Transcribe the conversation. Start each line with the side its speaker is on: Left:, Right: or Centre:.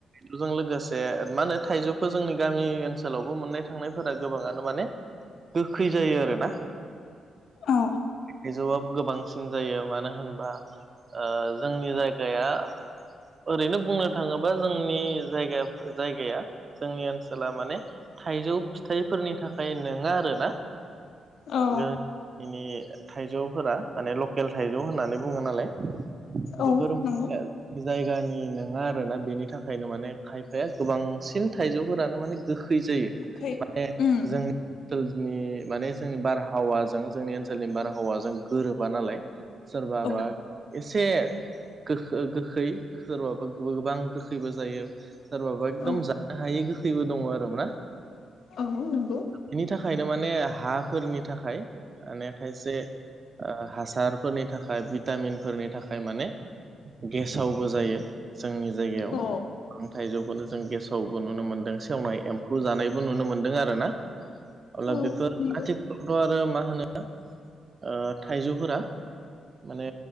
Right: बेजों लोगोसे माहोनो थाइजौखौ जोंनि गामि ओनसोलावबो मोननाय थांनायफोरा गोबाङानो माने गोखै जायो आरो ना
Left: औ
Right: थाइजौआ गोबांसिन कम <unintelligible> जायो मानो होनबा ओ जोंनि जायगाया ओरैनो बुंनो थाङोबा जोंनि जायगा जायगाया जोंनि ओनसोला माने थाइजौ फिथाइफोरनि थाखाय नोङा आरो ना
Left: औ
Right: गोदोनि <unintelligible> थाइजौफोरा माने लकेल थाइजौ होननानै बुङो नालाय
Left: औ
Right: बेफोर <unintelligible>
Left: नंगौ
Right: जायगानि नङा आरोना बेनि थाखायनो माने खायफाया गोबांसिन थाइजौफोरानो माने गोखै जायो
Left: खै
Right: माने
Left: उम
Right: जों ओनसोलनि माने जोंनि बारहावाजों जोंनि ओनसोलनि बारहावाजों गोरोबा नालाय सोरबा
Left: औ
Right: बा एसे गो गोखै सोरबा गोबां गोखैबो जायो सोरबाबा एखदम
Left: औ
Right: जानो हायि गोखैबो दङ आरो मा
Left: औ नोंगौ
Right: बिनि थाखायनो माने हाफोरनि थाखाय माने खायसे हासार फोरनि थाखाय भिटामिनफोरनि थाखाय माने गेसावबो जायो जोंनि जायगायाव
Left: औ
Right: गोबां थाइजौखौनो जों गेसावबो नुनो मोनदों सेवनाय एम्फौ जानायबो नुनो मोनदों आरो ना अब्ला
Left: औ
Right: बेफोर
Left: नंगौ
Right: आथिखालावथ' आरो मा होनो ओ थाइजौफोरा माने